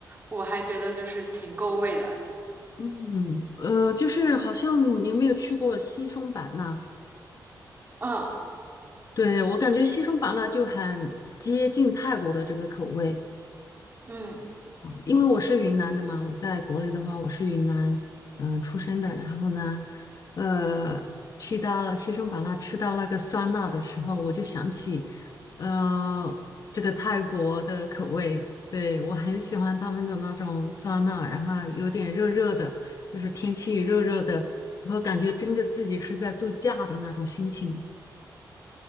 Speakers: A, on the right; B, on the left.
A: 我还觉得就是挺够味的。
B: 嗯，呃，就是好像你有没有去过西双版纳？
A: 嗯
B: 对，我感觉西双版纳就很接近泰国的这个口味。
A: 嗯。
B: 因为我是云南的嘛，我在国内的话，我是云南，嗯、呃出生的。然后呢，呃，去到西双版纳吃到那个酸辣的时候，我就想起，呃，这个泰国的口味，对，我很喜欢他们的那种酸辣，然后有点热热的，就是天气热热的，然后感觉真的自己是在度假的那种心情。